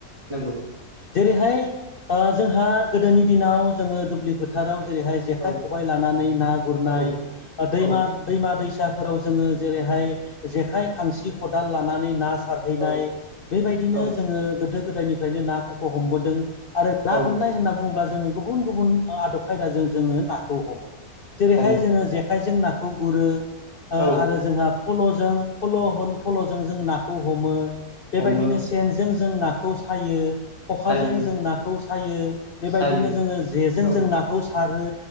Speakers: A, on the right (about 20°); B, on the left (about 55°).
A: नंगौ
B: जेरैहाय जोंहा गोदोनि दिनाव जोङो दुब्लि फोथाराव जेरैहाय जेखाय
A: औ
B: खबाइ लानानै ना गुरनाय
A: औ
B: दैम
A: औ
B: दै सा जों जेरैहाय जेखाय खांसि खाल लानानै ना सारहैनाय
A: औ
B: बेबायदिनो
A: औ
B: जोङो गोदो गोदायनिफ्रायनो नाफोरखौ हमबोदों आरो ना
A: औ
B: हमनाय होनना बुङोब्ला जोङो गुबुन गुबुन आदब खायदाजों जोङो नाखौ हमो जेरैहाय
A: हमो
B: जोङो जेखाइजों नाखौ गुरो
A: औ
B: आरो जोंहा जों नाखौ हमो बेबायदिनो
A: हमो
B: सेनजों जों नाखौ सायो खखाजों
A: सायो
B: जों नाखौ सायो बेबायदिनो
A: सायो
B: जोङो जेजों
A: औ
B: जों नाखौ सारो